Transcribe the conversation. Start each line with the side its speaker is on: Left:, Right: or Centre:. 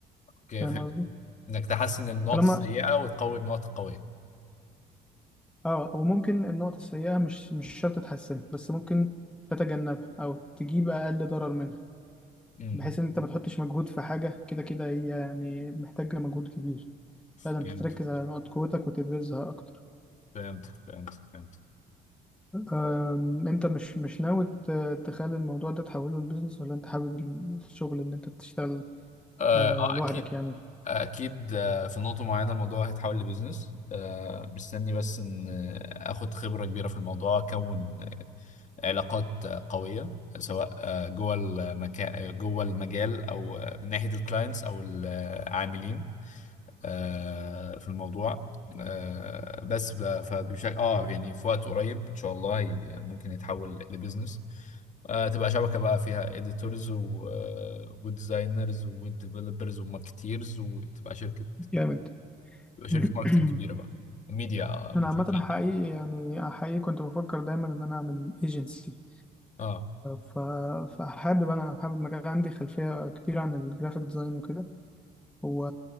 Left: اوكي
Centre: فاهم
Left: فهمت
Centre: قصدي
Left: انك تحسن النقط
Centre: طالما
Left: السيئه وتقوي النقط القويه
Centre: اه وممكن النقط السيئة مش مش شرط تحسنها بس ممكن تتجنبها او تجيب اقل ضرر منها
Left: امم
Centre: بحيث ان انت ما تحطش مجهود في حاجة كده كده هي يعني محتاجة مجهود كبير
Left: فهمت
Centre: لا ده انت تركز على نقط قوتك وتبرزها اكتر
Left: فهمت فهمت فهمت
Centre: أم، انت مش مش ناوي ت- تخلي الموضوع ده تحوله لبيزنس ولا انت حابب الشغل ان انت تشتغل
Left: اه
Centre: أه،
Left: آه،
Centre: لوحدك
Left: اكيد
Centre: يعني
Left: اكيد آه، في نقطه معينه الموضوع هيتحول لبيزنس آه، مستني بس ان آه، اخد خبره كبيره في الموضوع اكون علاقات آه، قويه سواء آه، جوه المكان جوه المجال او آه، من ناحيه الكلاينتس او العاملين آه، في الموضوع آه، بس ب- فبشكل اه يعني في وقت قريب ان شاء الله هي- ممكن يتحول لبيزنس آه، تبقى شبكة بقى فيها editors و وديزاينرز وديفلوبرز وماركتيرز وتبقى شركة
Centre: جامد
Left: بيبقى
Centre: <clears throat>
Left: شركه ماركتنج كبيره بقى وميديا بشكل
Centre: انا عامه حقيقي
Left: عام.
Centre: يعني حقيقي كنت بفكر دايما ان انا اعمل ايجنسي
Left: اه
Centre: ف فحابب انا حابب مجال عندي خلفيه كبيره عن الجرافيك ديزاين وكده و...